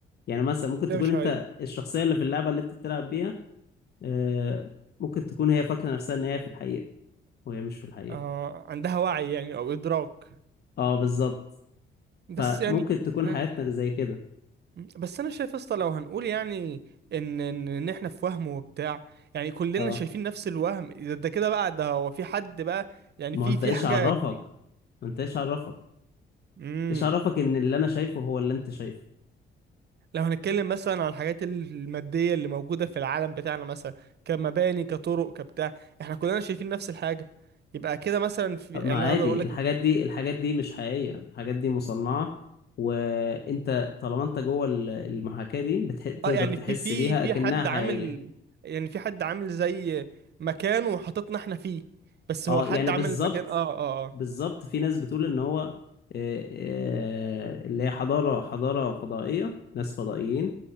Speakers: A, on the left (about 55°); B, on the right (about 55°).
A: يعني مثلا ممكن تكون
B: ده مش
A: انت
B: هي
A: الشخصية اللي في اللعبة اللي انت بتلعب بيها آه، ممكن تكون هي فاكرة نفسها ان هي في الحقيقة وهي مش في الحقيقة
B: اه عندها وعي يعني او ادراك
A: اه بالظبط
B: بس
A: فممكن
B: يعني
A: تكون
B: أنا-
A: حياتك زي كده
B: بس انا شايف يا اسطى لو هنقول يعني ان ان إن احنا في وهم وبتاع يعني كلنا
A: اه
B: شايفين نفس الوهم ده ده كده بقى ده هو في حد بقى يعني
A: ما
B: في
A: هو انت
B: في
A: ايش
B: حاجه
A: عرفك
B: كبيره
A: ما انت ايش عرفك
B: امم
A: ايش عرفك ان اللي انا شايفه هو اللي انت شايفه
B: لو هنتكلم مثلا على الحاجات الماديه اللي موجوده في العالم بتاعنا مثلا كمباني كطرق كبتاع احنا كلنا شايفين نفس الحاجه يبقى كده مثلا في
A: طب
B: يعني
A: ما
B: انا
A: عادي
B: اقدر اقول لك
A: الحاجات دي الحاجات دي مش حقيقية الحاجات دي مصنعة وانت طالما انت جوه ال- المحاكاة دي بتح... تقدر
B: اه يعني
A: تحس
B: في في
A: بيها
B: في
A: اكنها
B: حد
A: حقيقية
B: عامل يعني في حد عامل زي مكان وحطتنا احنا فيه بس
A: اه
B: هو حد
A: يعني
B: عامل
A: بالظبط
B: المكان اه اه اه
A: بالظبط في ناس بتقول ان هو آه، آه، اللي هي حضارة حضارة فضائية ناس فضائيين